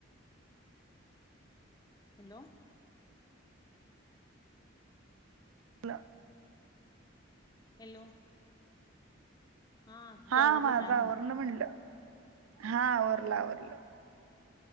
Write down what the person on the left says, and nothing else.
हॅलो.
हॅलो. हा तुझं
आवरलं
काय